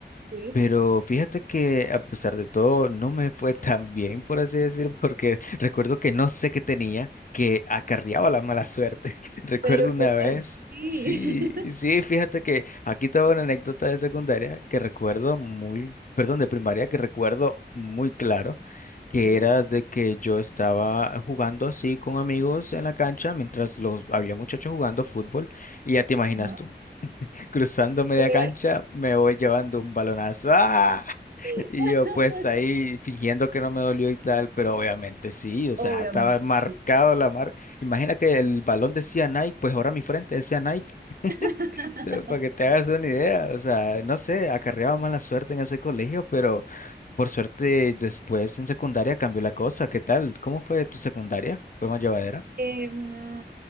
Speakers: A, on the right; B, on the left.
A: Sí,
B: Pero fíjate que a pesar de todo no me fue tan bien, por así decir, porque <laughs> recuerdo que no sé qué tenía, que acarreaba la mala suerte. <laughs> Recuerdo
A: pero
B: una
A: ¿cómo
B: vez,
A: así?
B: sí,
A: <laughs>
B: sí, fíjate que aquí tengo una anécdota de secundaria que recuerdo muy, perdón, de primaria que recuerdo muy claro, que
A: Sí,
B: era de que yo estaba jugando así con amigos en la cancha mientras los había muchachos jugando fútbol y ya te imaginas
A: ajá.
B: tú cruzando media
A: Te pegaron.
B: cancha, me voy llevando un balonazo. ¡Ah!
A: <laughs>
B: Y yo pues ahí fingiendo que no me dolió y tal, pero obviamente sí, o sea,
A: Obviamente,
B: estaba marcado
A: sí.
B: la marca. Imagina que el balón decía Nike, pues ahora mi frente decía Nike,
A: <laughs>
B: <laughs> o sea, para que te hagas una idea. O sea, no sé, acarreaba mala suerte en ese colegio, pero por suerte después en secundaria cambió la cosa. ¿Qué tal? ¿Cómo fue tu secundaria? ¿Fue más llevadera?
A: Eh, mm,